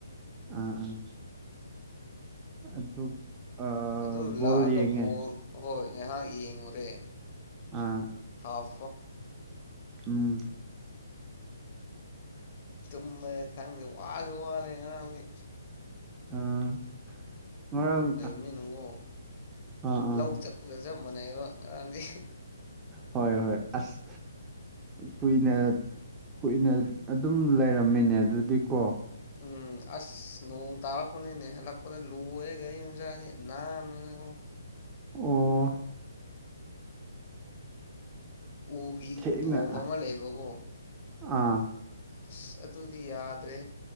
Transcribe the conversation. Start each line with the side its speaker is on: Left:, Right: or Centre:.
Right: ꯑꯥ ꯎꯝ ꯑꯗꯨ ꯑꯥ
Left: ꯑꯗꯨ
Right: ꯕꯣꯜ
Left: ꯂꯥꯛꯑꯒꯕꯨꯣ
Right: ꯌꯦꯡꯉꯦ
Left: ꯍꯣꯏ ꯉꯥꯏꯍꯥꯛ ꯌꯦꯡꯉꯨꯔꯦ
Right: ꯑꯥ
Left: ꯍꯥꯞ
Right: ꯎꯝ
Left: ꯇꯃ ꯈꯪꯗꯦ ꯋꯥꯁꯨ ꯋꯥꯔꯦ ꯉꯥꯡꯗꯤ
Right: ꯎꯝ ꯃꯔꯔ ꯑꯝ
Left: ꯂꯩꯕꯅꯤꯅꯀꯣ
Right: ꯑ ꯑ
Left: ꯂꯧ ꯆꯠꯄꯒ ꯆꯞ ꯃꯥꯟꯅꯩꯕ ꯉꯔꯥꯡꯗꯤ
Right: ꯍꯣꯏ ꯍꯣꯏ ꯑꯁ ꯀꯣꯏꯅ ꯍꯨꯏꯅ ꯑꯗꯨꯝ ꯂꯩꯔꯝꯃꯤꯅꯦ ꯑꯗꯨꯗꯤꯀꯣ
Left: ꯎꯝ ꯑꯁ ꯅꯣꯡ ꯇꯥꯔꯛꯄꯅꯤꯅꯦ ꯍꯜꯂꯛꯄꯗ ꯂꯣꯏꯔꯦ ꯒꯥꯔꯤ ꯆꯥꯗꯤ ꯍꯟ ꯑꯗꯨꯒꯨꯝ
Right: ꯑꯣ
Left: ꯎꯒꯤ
Right: ꯊꯦꯡꯅ
Left: ꯊꯣꯡ ꯑꯃ ꯂꯩꯕꯀꯣ
Right: ꯑꯥ
Left: ꯑꯁ ꯑꯗꯨꯗꯤ ꯌꯥꯗ꯭ꯔꯦ